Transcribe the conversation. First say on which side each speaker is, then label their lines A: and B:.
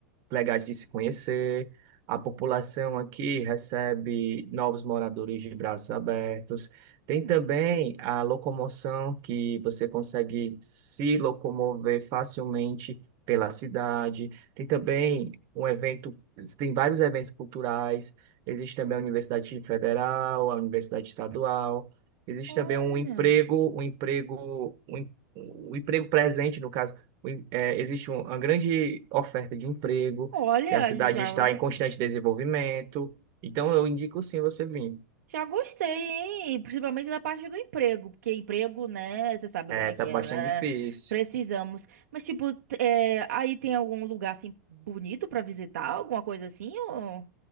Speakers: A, on the right; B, on the right.
A: legais de se conhecer, a população aqui recebe novos moradores de braços abertos. Tem
B: Hum,
A: também a locomoção que você consegue se locomover facilmente pela cidade. Tem também um evento, tem vários eventos culturais. Existe também a Universidade Federal, a Universidade Estadual. Existe
B: olha.
A: também um emprego, um emprego, um, em- um emprego presente, no caso. Um em- é, existe um- uma grande oferta de emprego,
B: Olha,
A: que a cidade
B: já.
A: está em constante desenvolvimento. Então, eu indico sim você vir.
B: Já gostei, hein? Principalmente da parte do emprego, porque emprego, né? Você sabe
A: É,
B: como é que
A: tá
B: é,
A: bastante
B: né?
A: difícil.
B: Precisamos. Mas, tipo, t- é, aí tem algum lugar assim bonito pra visitar, alguma coisa assim? Ou